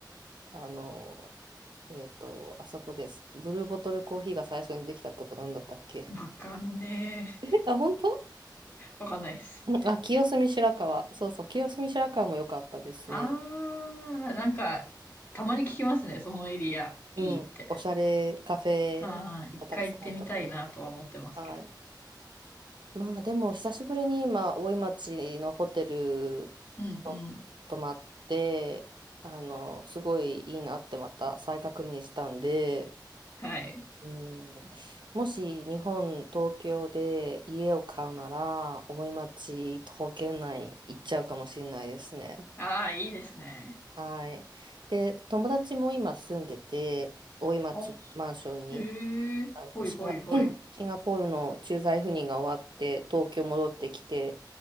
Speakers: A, on the right; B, on the left.
A: あのえっと、あそこです。ブルーボトルコーヒーが最初にできたとこなんだったっけ
B: わかんねえ。
A: <laughs> え、あ、本当
B: わかんないです。
A: うんあ、清澄白河。そうそう、清澄白河も良かったですね。
B: あー、なんか、たまに聞きますね、そのエリア、
A: うん、
B: いいって。
A: おしゃれカフェがたくさんあるところ。
B: あー、一回行ってみたいなとは思ってますけど。
A: はい。まあでも、久しぶりに今、大井町のホテル
B: うんうん。
A: と泊まって、あの、すごいいいなってまた再確認したんで、
B: はい。
A: うん、もし日本、東京で家を買うなら、大井町、徒歩圏内行っちゃうかもしれないですね。
B: あー、いいですね。
A: はい。で、友達も今住んでて、大井町マンションに、
B: お、へえ、
A: あのシンガ、
B: ほいほいほい。
A: <clears throat> シンガポールの駐在赴任が終わって、東京戻ってきて、